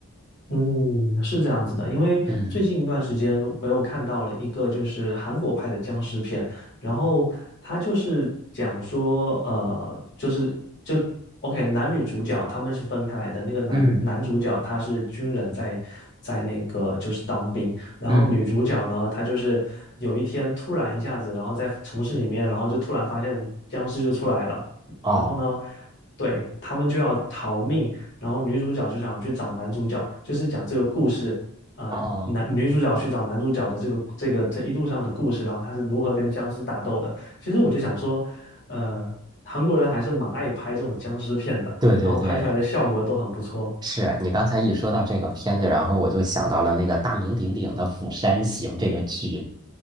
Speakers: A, on the left; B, on the right.
A: 嗯，是这样子的，因为最近一段时间我又看到了一个就是韩国拍的僵尸片，
B: 嗯
A: 然后他就是讲说，呃，就是就 OK，男女主角他们是分开来的，那个男男主角他是军人在在那个就是当兵，
B: 嗯
A: 然后女主角呢，
B: 嗯，
A: 她就是有一天突然一下子，然后在城市里面，然后就突然发现僵尸就出来了，
B: 哦。
A: 然后呢，对，他们就要逃命。然后女主角就想去找男主角，就是讲这个故事，呃，
B: 哦，
A: 男女主角去找男主角的这个这个这一路上的故事，然后他是如何跟僵尸打斗的。其实我就想说，呃，韩国人还是蛮爱拍这种僵尸片的，
B: 对对对，
A: 然后拍出来的效果都很不错
B: 是你刚才一说到这个片子，然后我就想到了那个大名鼎鼎的《釜山行》这个剧。